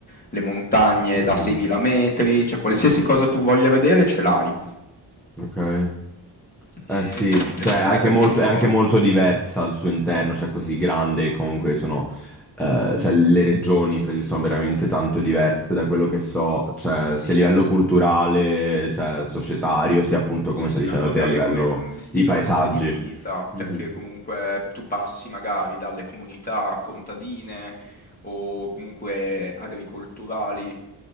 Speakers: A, on the left (about 20°); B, in the centre.
A: le montagne
B: Mhm,
A: da 6.000 metri, cioè qualsiasi cosa tu voglia vedere ce l'hai.
B: Ok.
A: E
B: Eh sì,
A: boh, mi piacerebbe
B: cioè è anche molto,
A: prima o poi.
B: è anche molto diversa al suo interno, cioè così grande, comunque sono, eh, cioè le regioni fra di loro sono veramente tanto diverse da quello che so, cioè
A: Sì,
B: sia a
A: sì.
B: livello culturale, cioè societario, sia appunto
A: Sì,
B: come
A: sì,
B: stai dicendo
A: ma proprio
B: te a
A: anche
B: livello
A: come, mhmm, stilo
B: di paesaggi.
A: stile di vita,
B: Mhm,
A: perché comunque tu passi magari dalle comunità contadine o comunque agricolturali